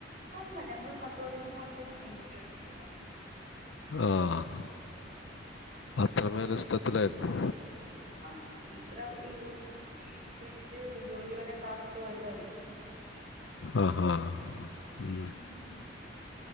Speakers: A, on the right (about 45°); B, on the left (about 80°).
A: അല്ല ഞങ്ങ പത്തു പതിനൊന്ന് വർഷം സ്നേഹിച്ചിട്ട് കിട്ടിയതാണ്
B: ആഹ അത്രമേ രഷത്തിലായിരുന്നു
A: ആഹ ഇത്ര ഈ എനിക്ക് വേണ്ടീട്ട് ജോലി വരെ കളഞ്ഞിട്ട് വരു അല്ലേ
B: ആഹ് ഹഹ്
A: ഉം